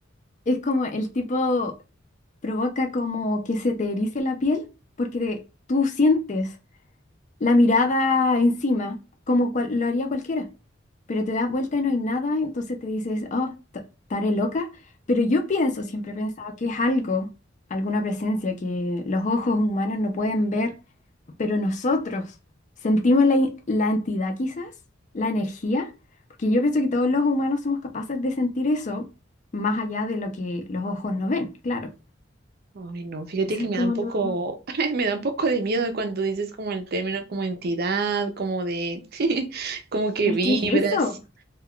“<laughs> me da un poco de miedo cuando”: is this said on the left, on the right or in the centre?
Right